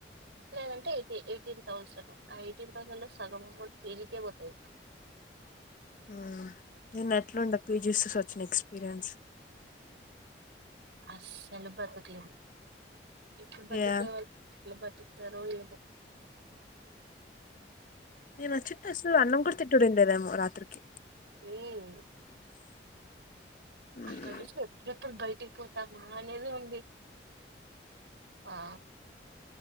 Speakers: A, on the right; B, on the left.
A: లేదంటే ఎయిటీ ఎయిటీన్ థౌజను ఆ ఎయిటీన్ థౌసండ్ లో సగం అమౌంట్ పీజీకే పోతద్
B: ఆ నిన్ ఆట్లుండ పీజీస్ సుచ్ ఎక్స్పీరియన్స్
A: అస్సలు బ్రతుకులే ఇప్పుడ్ బతికే
B: యా
A: వాళ్ ఎట్లా బతుకుతారో ఏమో
B: నేన్ ఓచ్చింట్ అసల్ అన్నం కూడ్ తిట్టుడుండేదేమో రాత్రికి
A: ఊయ్ హ్
B: ఉ మ్మ్మ్
A: ఆ నుంచ్ ఎప్పుడప్పుడు బయటిక్ పోతామా అనేదే ఉంది ఆ